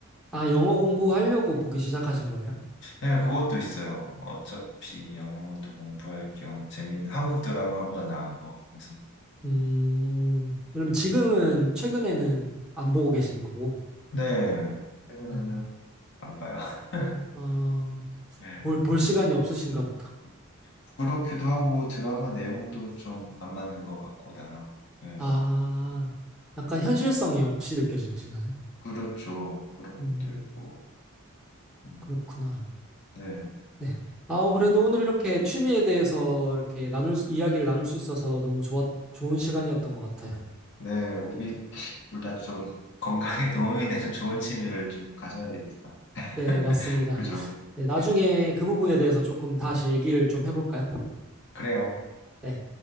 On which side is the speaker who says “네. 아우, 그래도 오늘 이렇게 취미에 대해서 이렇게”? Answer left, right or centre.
Centre